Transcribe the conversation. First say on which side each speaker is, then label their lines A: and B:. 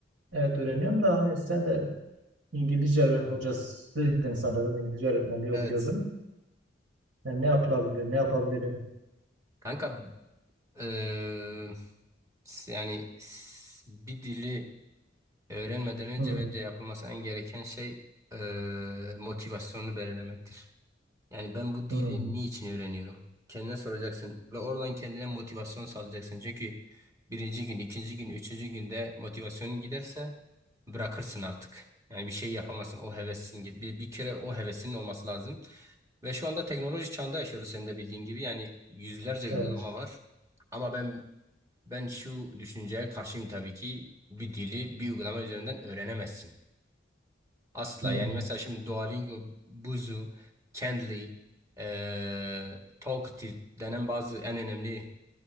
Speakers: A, on the right; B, on the right.
A: Evet öğreniyorum da hani sen de İngilizce öğre- hocasıydın sanırım. İngilizce öğretmenliği
B: Evet.
A: okuyordun. Yani ne yapılabilir? Ne yapabilirim?
B: Kanka eee, s- yani s- bir dili öğrenmeden önce
A: Hı,
B: bence yapılması en gereken şey eee, motivasyonunu belirlemektir. Yani ben bu dili
A: hı.
B: niçin öğreniyorum? Kendine soracaksın ve oradan kendine motivasyon sağlayacaksın. Çünkü birinci gün, ikinci gün, üçüncü günde motivasyonun giderse bırakırsın artık. Yani bir şey yapamazsın. O hevesin git. Bir, bir kere o hevesinin olması lazım. Ve şu anda teknoloji çağında yaşıyoruz senin de bildiğin gibi. Yani yüzlerce
A: Evet.
B: uygulama var. Ama ben ben şu düşünceye karşıyım tabii ki bir dili bir uygulama üzerinden öğrenemezsin. Asla
A: Hmm.
B: yani mesela şimdi Duolingo, Buzu, Cambly, eee Talkative denen bazı en önemli